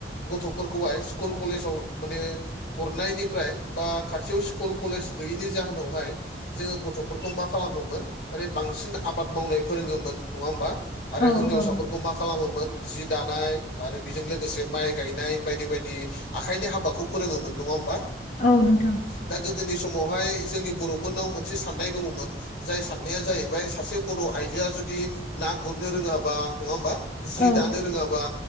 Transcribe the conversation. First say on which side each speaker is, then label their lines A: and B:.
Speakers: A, on the left; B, on the left.
A: गथ'फोरखौहाय स्कुल कलेजाव माने हरनायनिफ्राय बा खाथियाव स्कुल कलेस गैयैनि जाहोनावहाय जोङो गथ'फोरखौ मा खालामोमोन माने बांसिन आबाद मावनाय फोरोङोमोन नङा होमबा आरो
B: औ
A: होनजावसाफोर
B: औ
A: खौ मा खालामोमोन जि दानाय आरो बेजों लोगोसे माइ गायनाय बायदि बायदि आखाइनि हाबाखौ फोरोङोमोन नङा होमबा
B: औ नोंथां
A: दा गोदोनि समावहाय जोंनि बर'फोरनाव मोनसे साननाय दङमोन जाय साननाया जाहैबाय सासे बर' आइजोआ जुदि ना गुरनो रोङाबा नङा होमबा जि
B: औ
A: दानो रोङाबा